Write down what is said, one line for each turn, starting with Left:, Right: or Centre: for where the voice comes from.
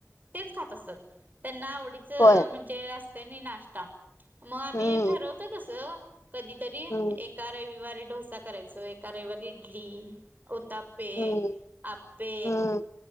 Right: तेच खात असतात. त्यांना आवडीचं
Left: होय,
Right: म्हण ते असतंय नई नाष्टा, मग आम्ही
Left: हम्म,
Right: ठरवतो तसं कधीतरी एक
Left: हम्म,
Right: एका रविवारी डोसा करायचो, एका रविवारी इडली, उत्तापे
Left: हम्म,
Right: आप्पे
Left: हम्म,